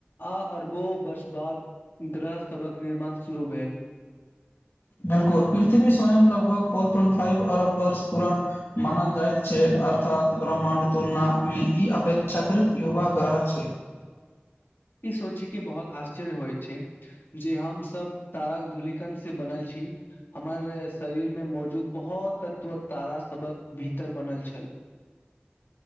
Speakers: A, on the left; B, on the left.
A: आ अरबो वर्ष बाद ग्रहसभक निर्माण शुरू भेल
B: बिलकुल पृथ्वी स्वयं लगभग फोर पॉइंट फाइव अरब वर्ष पुरान मानल जाइत छै अर्थात ब्रह्मा्ड तुलना मे ई अपे्षााकृत युवा ग्रह छै
A: ई सोचीे के बहुत आश्चर्य होय जे हमसब ताराक धूलिकन से बनल छी हमर शरीर मे मौजूद बहुत तत्व तारा सबक भीतर बनल छल <unintelligible>